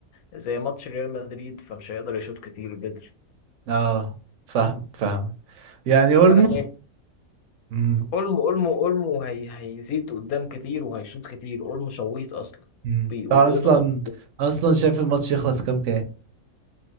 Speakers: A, on the left (about 80°); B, on the right (about 65°).
A: زي ماتش ريال مدريد فمش هيقدر يشوط كتير بدري
B: اه فاهمك فاهمك يعني اولمو
A: فانا شايف
B: مم.
A: اولمو اولمو اولمو هي... هيزيد قدام كتير وهيشوط كتير اولمو شويط اصلا
B: مم.
A: بي... وبيضغط
B: اصلا اصلا شايف الماتش يخلص كام كام